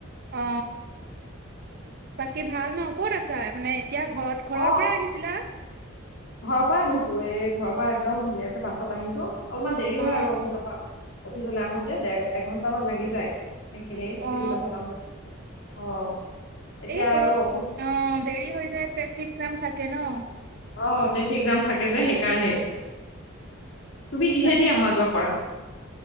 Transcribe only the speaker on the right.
অ, বাকী ভাল ন' ক'ত আছা মানে এতিয়া ঘৰত ঘৰৰ
পৰাই আহিছিলা?
অ
অ
এই
বহুত, অ',
দেৰি হৈ যায় ট্ৰেফিক জাম থাকে ন।
তাকে